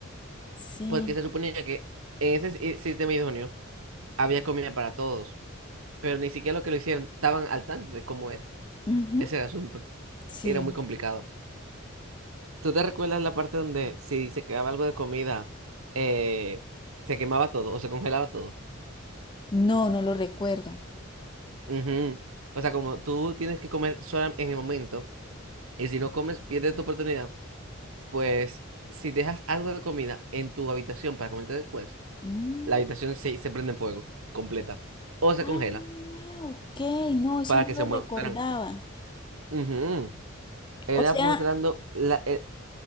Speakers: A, on the left; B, on the right.
A: Sí,
B: Porque se suponía que en ese si- sistema idóneo había comida para todos. Pero ni siquiera lo que lo hicieron estaban al tanto de cómo era.
A: ujú,
B: Ese era el asunto.
A: sí.
B: Era muy complicado. ¿Tú te recuerdas la parte donde si se quedaba algo de comida, eh, se quemaba todo o se congelaba todo?
A: No, no lo recuerdo.
B: Ujú. O sea, como tú tienes que comer sola en el momento, y si no comes, pierdes tu oportunidad, pues si dejas algo de comida en tu habitación para comerte después,
A: Mm,
B: la habitación se, se prende en fuego, completa, o se
A: ah,
B: congela
A: ok, no, eso
B: para
A: no
B: que
A: lo
B: se mueran.
A: recordaba.
B: Ujú. Era
A: O sea,
B: mostrando la... eh,